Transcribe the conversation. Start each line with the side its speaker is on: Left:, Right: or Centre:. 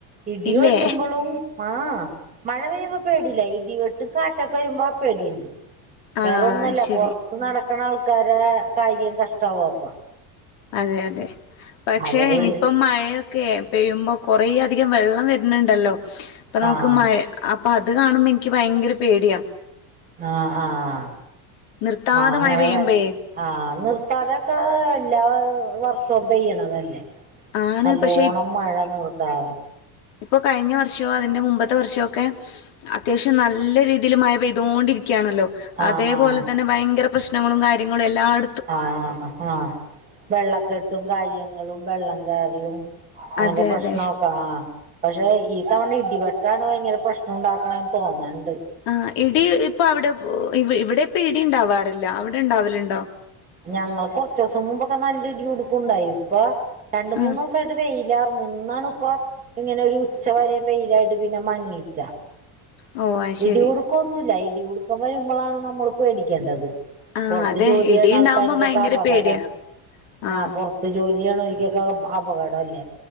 Right: ഇടി
Left: ഇല്ലേ
Right: വെട്ടുമ്പോളും ആഹ് മഴ പെയ്യുമ്പോ പേടി ഇല്ല ഇടിവെട്ടും കാറ്റൊക്കെ വരുമ്പോ പേടിണ്ട് വേറൊന്നുവല്ല
Left: ആഹ് ശരി
Right: പൊറത്ത് നടക്കണ ആൾക്കാരെ കാര്യം കഷ്ടാവു അപ്പ
Left: അതെ അതെ പക്ഷെ
Right: അവര്
Left: ഇനിപ്പം മഴയൊ ക്കെ പെയ്യുമ്പോ കൊറേ അധികം വെള്ളം വരുന്നുണ്ടല്ലോ ഇപ്പൊ നമുക്ക്
Right: ആഹ്
Left: മ അപ്പ അത് കാണുമ്പ എനിക്ക് ഭയങ്കര പേടിയാ
Right: ആഹ് ആഹ്
Left: നിർത്താതെ
Right: ആഹ് അങ്ങനെ
Left: മഴ പെയ്യുമ്പഴേ
Right: വര് ആഹ് നിർത്താതൊക്കെ എല്ലാ വർഷോം പെയ്യണതല്ലേ
Left: ആണ്
Right: നല്ലോണം
Left: പക്ഷെ
Right: മഴ നിർത്താതെ
Left: ഇപ്പ കഴിഞ്ഞ വർഷോം അതിന്റെ മുമ്പത്തെ വർഷോക്കെ അത്യാവശ്യം നല്ല രീതില് മഴ പെയ്തോണ്ടിരിക്കാണല്ലോ
Right: ആഹ്
Left: അതേപോലെ
Right: ആഹ്
Left: തന്നെ ഭയങ്കര പ്രശ്നങ്ങളും കാര്യങ്ങളും എല്ലാട
Right: ആഹ് ആഹ് വെള്ളക്കെട്ടും കാര്യങ്ങളും വെള്ളം കേറലും അങ്ങനത്തെ
Left: അതെ
Right: പ്രശ്നോ
Left: അതെ
Right: ആഹ് പക്ഷേ ഇതവണ ഇടിവെട്ടാണ് ഭയങ്കര പ്രശ്നം ഒണ്ടാക്കണേന്ന് തോന്നാണ്ട്
Left: ആഹ് ഇടി ഇപ്പ അവടെ ഇവടെ ഇപ്പ ഇടി ഇണ്ടാവാറില്ല അവടെ ഇണ്ടാവലുണ്ടോ?
Right: ഞങ്ങള് കൊറച്ച് ദിസം മുമ്പൊക്കെ നല്ല ഇടി കുടുക്കുണ്ടായി ഇപ്പൊ രണ്ട് മൂന്ന്
Left: ഉം
Right: സായിട്ട് വെയിലാർന്ന് ഇന്നാണ് ഇപ്പ ഇങ്ങനെ ഒരു ഉച്ച വരെയും വെയിലായിട്ട് പിന്നെ മങ്ങിച്ച
Left: ഓ അത്
Right: ഇടികുടുക്കൊന്നുല്ല
Left: ശരി
Right: ഇടികുടുക്കം വരുമ്പോളാണ് നമ്മള് പേടിക്കേണ്ടത്
Left: ആ
Right: പൊറത്ത്
Left: അതെ
Right: ജോലി ചെയ്യുന്ന
Left: ഇടിയുണ്ടാവുമ്പോ
Right: ആൾക്കാര്ക്കൊക്കെ
Left: ഭയങ്കര
Right: അപകടം
Left: പേടിയാ ആ
Right: ആഹ് പൊറ ത്ത് ജോലിയാണോരിക്കൊക്കെ അപകടം അല്ലേ